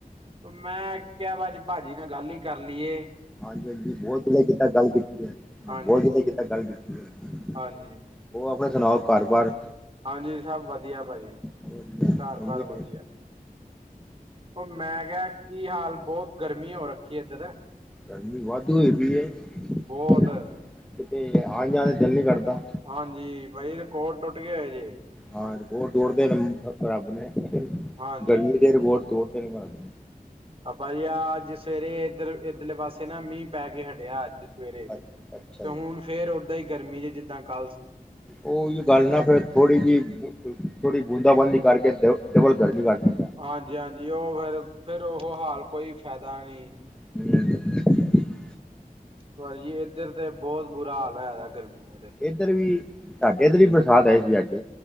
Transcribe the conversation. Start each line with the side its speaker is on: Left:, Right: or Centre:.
Right: ਮੈਂ ਕੇਆ ਵਾ, ਅੱਜ- ਪਾਜੀ ਨਾਲ ਗੱਲ ਈ ਕਰ ਲੀਏ।
Centre: ਹਾਂਜੀ- ਹਾਂਜੀ ਬੋਤ ਵਧੀਆ ਕੀਤਾ ਗੱਲ ਕੀਤੀ ਏ, ਅ
Right: ਹਾਂਜੀ
Centre: ਬਹੁਤ ਵਧੀਆ ਕੀਤਾ ਗੱਲ ਕੀਤੀ ਏ।
Right: ਹਾਂਜੀ
Centre: ਹੋਰ ਆਪਣਾ ਸੁਣਾਓ, ਘਰ ਬਾਰ-
Right: ਹਾਂਜੀ ਸਭ ਵਧੀਆ ਪਾਜੀ,
Centre: ਮੰਮੀ
Right: ਘਰ ਬਾਰ
Centre: ਡੈਡੀ?
Right: ਵਧੀਆ। ਓ ਮੈਂ ਕੇਆ ਕੀ ਹਾਲ, ਬੋਤ ਗਰਮੀ ਹੋ ਰੱਖੀ ਏਧਰ।
Centre: ਗਰਮੀ ਵਾਧੂ ਹੋਈ ਪਈ ਏ।
Right: ਬਹੁਤ
Centre: ਕਿਤੇ ਆ ਜਾਣ ਤੇ ਦਿਲ ਨੀ ਕਰਦਾ।
Right: ਹਾਂਜੀ ਬਾਈ ਰਿਕੋਡ ਟੁੱਟ ਗਿਆ ਏ ਜੇ।
Centre: ਹਾਂ ਰਿਕੋੜ ਤੋੜਤੇ ਨੇ ਰਬ ਨੇ,
Right: ਹਾਂਜੀ
Centre: ਗਰਮੀ ਦੇ ਰਿਕੋੜ ਤੋੜਤੇ ਨੇ ਰਬ ਨੇ।
Right: ਆ ਪਾਜੀ ਆ ਅੱਜ ਸਵੇਰੇ ਏਧਰ ਏਧਰਲੇ ਪਾਸੇ ਨਾ ਮੀਂ ਪੈ ਕੇ ਹਟਿਆ ਅੱਜ। ਸਵੇਰੇ
Centre: ਨੇ
Right: ਤੇ
Centre: ਅੱਛਾ ਜੀ
Right: ਹੁਣ ਫੇਰ ਓਦਾਂ ਈ, ਗਰਮੀ ਜੇ ਜਿੱਦਾਂ ਕੱਲ ਸੀ।
Centre: ਓਈ ਗੱਲ ਨਾ ਫ਼ੇਰ, ਥੋੜੀ ਜੇਈ, ਥੋੜੀ ਬੂੰਦਾ -ਬਾਂਦੀ ਕਰਕੇ ਦ ਡਬਲ ਗਰਮੀ ਕਰਤੀ।
Right: ਹਾਂਜੀ -ਹਾਂਜੀ ਓ ਫੇਰ -ਫੇਰ ਓਹੋ ਹਾਲ ਕੋਈ ਫੈਦਾ ਨੀ।
Centre: <inaudible>
Right: ਪਾਜੀ ਏਧਰ ਤੇ ਬੋਤ ਬੁਰਾ ਹਾਲ ਹੋਇਆ ਦਾ ਗਰਮੀ ਦਾ ਤੇ।
Centre: ਏਧਰ ਵੀ, ਸਾਡੇ ਏਧਰ ਵੀ, ਬਰਸਾਤ ਆਈ ਸੀ ਅੱਜ।